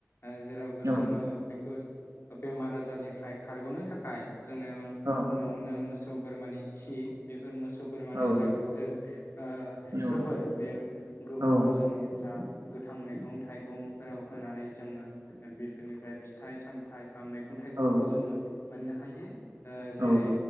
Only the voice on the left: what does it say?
ओ जेराव
जोङो बेखौ बेमार आजारनिफ्राय खारगनो थाखाय जोंनियाव
न मोसौ बोरमानि खि बेफोर मोसौ बोरमानि
जाग जोब ओ
गोबोर बे गोबोरखौ
जोंनि जा गोथां मैगं थाइगंफोराव होनानै जोंङो बेफोरनिफ्राय फिथाइ सामथाइ ओ मैगं थाइगंखौ
जोंङो मोननो हायो। ओ
जेरै